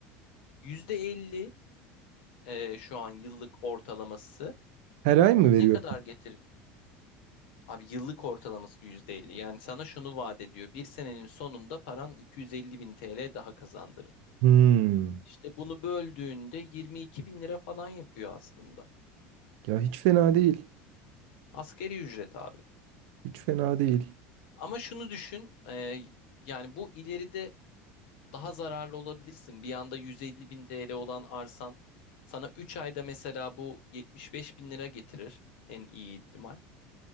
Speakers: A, on the left (about 75°); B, on the right (about 70°).
A: %50 e, şu an yıllık ortalaması
B: Her ay mı veriyor?
A: ne kadar getirir? Abi yıllık ortalaması %50. Yani sana şunu vaat ediyor. Bir senenin sonunda paran 250 bin TL daha kazandırır.
B: Hmm.
A: İşte bunu böldüğünde 22 bin lira falan yapıyor aslında.
B: Ya hiç fena değil.
A: Asgari ücret abi.
B: Hiç fena değil.
A: Ama şunu düşün. e, yani bu ileride daha zararlı olabilirsin. Bir anda 150 bin TL olan arsan sana 3 ayda mesela bu 75 bin lira getirir en iyi ihtimal.